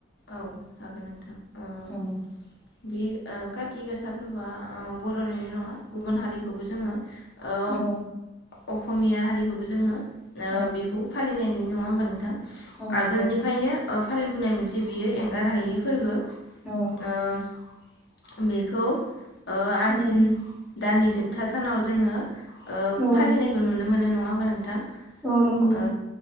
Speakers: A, on the left (about 60°); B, in the centre.
A: औ हागोन नोंथां। ओ
B: औ
A: बे ओ खथिगासा फोरबोआ बर'नि‌ ल' नङा गुबुन हारिखौबो जोङो ओ
B: औ
A: अखमिया हारिखौबो जोङो ओ
B: औ
A: बेखौ फालिनायनुयो। नङा होमबा नोंथां
B: औ नंगौ
A: आगोलनिफ्रायनो अ फालिबोननाय मोनसे जे बियो एंगार हायै फोरबो
B: औ
A: ओ बेखौ ओ आसिन
B: औ
A: दाननि जोबथा सानाव जोङो ओ
B: औ
A: फालिनायखौ नुनो मोनो नङा नोंथां
B: औ नंगौ
A: ओ